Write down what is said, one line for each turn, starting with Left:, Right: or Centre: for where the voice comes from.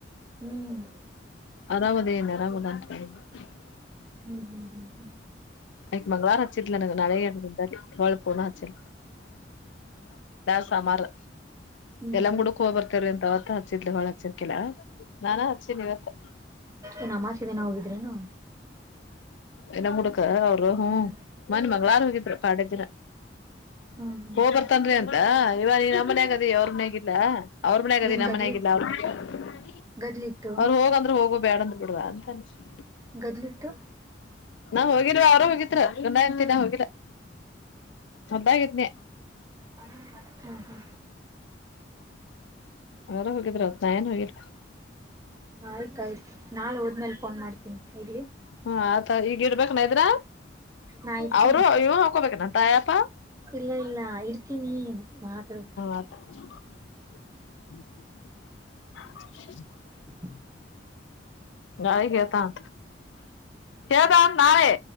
Right: ಹ್ಮ್ ಹ್ಮ್
Left: ಆರಾಮದೇ ಏನ್ ಅರಾಮದನ್ ಹ್ಮ <inaudible>
Right: ಹ್ಮ್ ಹ್ಮ್ ಹ್ಮ್ ಹ್ಮ್
Left: ಆಕಿ ಮಂಗಳರ ಹಚ್ಚಿದ್ಲ ನಾಳೆ ಎಂಟ್ ದಿನದಲ್ಲಿ ಪೂರ್ಣ ಹಚ್ಚಿಲ್ಲ <unintelligible>
Right: ಹ್ಮ್
Left: ಯಲ್ಲಮ್ಮ
Right: ಹ್ಮ್ ಹ್ಮ್
Left: ಗುಡ್ಡಕ್ ಹೋಗಿ ಬರ್ತೇವ್ರಿ ಅಂತ ಅವತ್ತ ಹಚ್ಚಿದ್ಲಿ ಹೊಳ್ಳಿ ಹಚ್ಚಿರ್ಕಿಲ್ಲಾ ನಾನ ಹಚ್ಚಿನಿ ಇವತ್ತ್.
Right: ಏನ್ ಅಮಾವಾಸ್ಯೆ ದಿನ ಹೋಗಿದ್ರೇನ್ ನೀವ್.
Left: ಯಲ್ಲಮ್ಮ ಗುಡ್ಡಕ್ ಅವರ ಹು
Right: ಹ್ಮ್
Left: ಮನ್ನೆ ಮಂಗಳಾರ್ ಹೋಗಿದ್ರ ಪಾಡ್ಯ ದಿನ.
Right: ಹ್ಮ್ ಹ್ಮ್
Left: ಹೋಗ
Right: ಹ್ಮ್
Left: ಬರ್ತಾನ್ರಿ
Right: ಹ್ಮ್
Left: ಅಂತ ಇವಗ್ ನೀ ನಮ್ಮ ಮನ್ಯಾಗ್ ಅದಿ ಅವ್ರ ಮನ್ಯಾಗಿಲ್ಲ ಅವ್ರ ಮನ್ಯಾಗದಿ
Right: ಏನ್
Left: ನಮ್ಮ
Right: ಗದ್ಲಿ
Left: ಮನ್ಯಾಗಿಲ್ಲ <unintelligible>
Right: ಗದ್ಲಿತ್ತು
Left: ಅವರು ಹೋಗಂದ್ರೆ ಹೋಗ ಬ್ಯಾಡಂದ್ರ ಬಿಡುದ ಅಂತ ಅನಿಸ್ತ್.
Right: ಗದ್ಲಿತ್ತು
Left: ನಾ ಹೋಗಿಲ್ವ ಅವರು ಹೋಗಿದ್ರ ಗಂಡಾ ಹೆಂಡತಿ ಹೋಗಿಲ್ಲ ಹೊಲ್ದಾಗ್ ಇದ್ದೀನ್ಯಾ.
Right: ಹ್ಮು ಹ್ಮು.
Left: ಅವರ ಹೋಗಿದ್ರ ಅತ್ ನಾ ಏನ್ ಹೋಗಿಲ್ಲ.
Right: ಆಯ್ತ ಆಯ್ತ್ ನಾಳೆ ಹೋದ್ಮೇಲೆ ಫೋನ್ ಮಾಡ್ತೀನಿ ಇಡ್ಲಿ.
Left: ಹು ಆತ ಈಗ ಇಡ್ಬೇಕನ ಇದ್ರ
Right: ನಾ ಇಡ್ತೀನಿ
Left: ಅವರು ಇವ ಹಾಕೊಬೇಕನ ತಾಯಪ್ಪ.
Right: ಇಲ್ಲ ಇಲ್ಲ ಇಡ್ತೀನಿ ಮಾತಾಡ್ಬ
Left: ಆತ್ <unintelligible>
Right: <unintelligible>
Left: ನಾಳಿಗಿ ಹೇಳ್ತಾನ್ ಹೇಳ್ತಾನತ್ತ್ ನಾಳಿ.